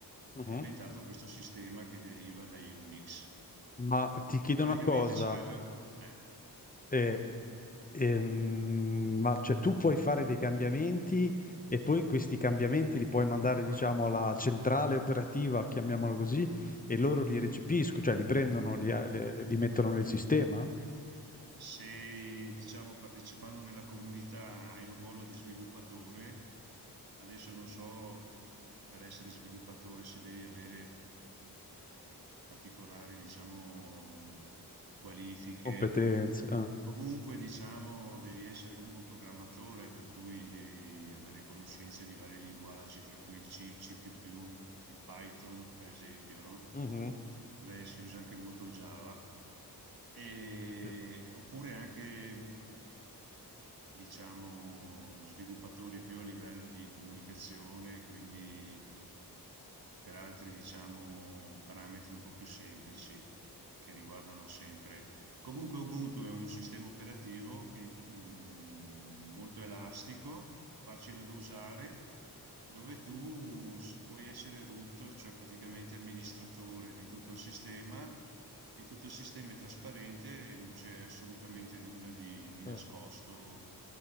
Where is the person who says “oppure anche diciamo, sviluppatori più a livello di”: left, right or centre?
Right